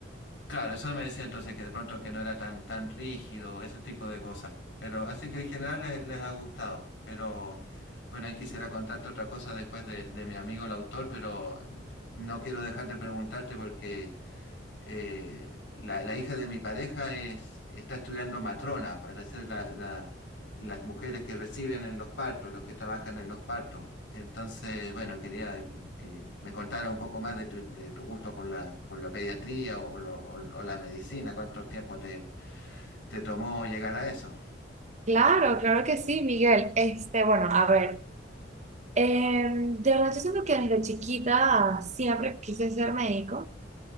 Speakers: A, on the left (about 75°); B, on the right (about 40°).
A: Claro, eso me decía entonces que de pronto que no era tan tan rígido, ese tipo de cosas. Pero así que en general les, les ha gustado. Pero bueno, ahí quisiera contarte otra cosa después de, de mi amigo el autor, pero mm, no quiero dejar de preguntarte porque eh, la, la hija de mi pareja es, está estudiando matrona para ser la- la- las mujeres que reciben en los partos, los que trabajan en los partos. Entonces, bueno, quería que me contara un poco más de tu, de tu gusto por la, por la pediatría o, lo- o- o la medicina, cuánto tiempo te, te tomó llegar a eso.
B: Claro, claro que sí, Miguel. Este, bueno, a ver, eh, de verdad yo siento que desde chiquita siempre quise ser médico,